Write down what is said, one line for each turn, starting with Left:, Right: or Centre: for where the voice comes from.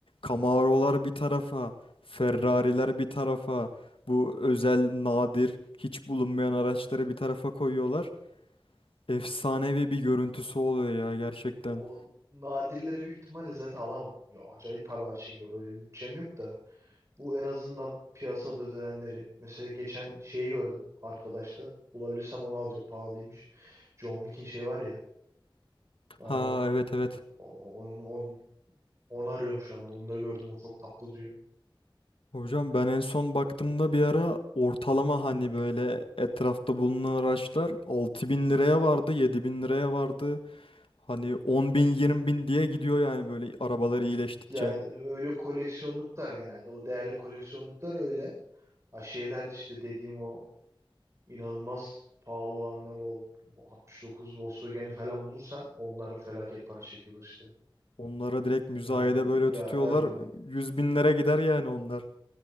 Left: Camaro'lar bir tarafa, Ferrari'ler bir tarafa, bu özel nadir hiç bulunmayan araçları bir tarafa koyuyorlar. Efsanevi bir görüntüsü oluyor ya gerçekten.
Right: O nadirleri büyük ihtimalle zaten alamam. Ya acayip paralar çekiyor. Öyle bir bütçem yok da. Bu en azından piyasada ödenenleri. Mesela geçen şeyi gördüm arkadaşta. Bulabilirsem onu alacağım. Pahalıymış. John Wick'in şey var ya araba.
Left: Ha evet evet
Right: O- Onu, onu, onu arıyorum şu anda. Onu da gördüm. O çok tatlı duruyor.
Left: Hocam ben en son baktığımda bir ara ortalama hani böyle etrafta bulunan araçlar 6000 liraya vardı, 7000 liraya vardı. Hani on bin, yirmi bin diye gidiyor yani böyle arabalar iyileştikçe.
Right: Yani öyle koleksiyonluklar genelde. O değerli koleksiyonluklar öyle. Ha şeyler işte dediğim o İnanılmaz pahalı olanlar o 69 Volkswagen'i falan bulursan onları felaket para çekiyorlar işte.
Left: Onlara direkt müzayede
Right: Yani
Left: böyle
Right: ya
Left: tutuyorlar.
Right: aynen.
Left: 100 binlere gider yani onlar.